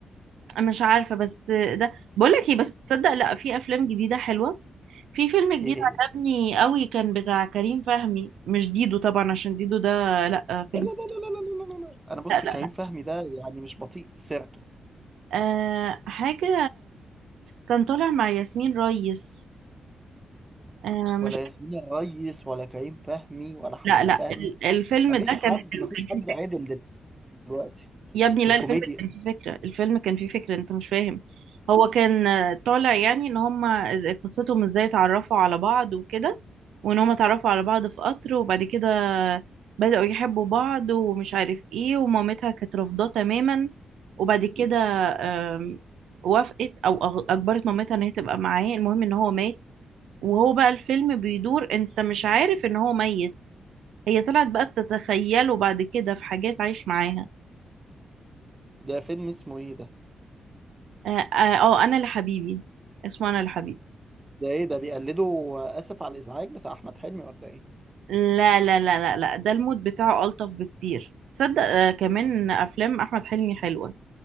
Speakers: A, on the right (about 85°); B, on the right (about 20°).
A: انا مش عارفه بس ده بقول لك ايه بس تصدق لا في افلام جديده حلوه في فيلم جديد
B: ايه هي
A: عجبني قوي كان بتاع كريم فهمي مش ديدو طبعا عشان ديدو ده لا
B: لا
A: فيلم
B: لا لا لا لا لا لا لا لا. انا بص
A: لا لا
B: كريم
A: لا
B: فهمي ده يعني مش بطيء سيرته
A: آه حاجه كان طالع مع ياسمين ريس آه مش
B: ولا ياسمين الريس ولا كريم فهمي ولا احمد
A: لا لا
B: فهمي
A: ال- الفيلم
B: مفيش
A: ده
B: حد
A: كان حلو
B: مفيش
A: كان حلو
B: حد عادل دلوقتي
A: يا ابني
B: في
A: لا
B: الكوميديا
A: الفيلم كان فيه فكرة الفيلم كان فيه فكرة انت مش فاهم هو كان آه، طالع يعني ان هما إز- قصتهم ازاي اتعرفوا على بعض وكده وان هما اتعرفوا على بعض في قطر وبعد كده بدأوا يحبوا بعض ومش عارف ايه ومامتها كانت رافضاه تماما وبعد كده آم، وافقت او أغ- اجبرت مامتها ان هي تبقى معاه المهم ان هو مات وهو بقى الفيلم بيدور انت مش عارف ان هو ميت هي طلعت بقى بتتخيله بعد كده في حاجات عايش معاها
B: ده فيلم اسمه ايه ده
A: اه آه، آه، انا لحبيبي اسمه انا لحبيبي
B: ده ايه ده بيقلدوا اسف على الازعاج بتاع احمد حلمي ولا ايه
A: لا لا لا لا لا ده المود بتاعه ألطف بكتير تصدق آه كمان أفلام أحمد حلمي حلوة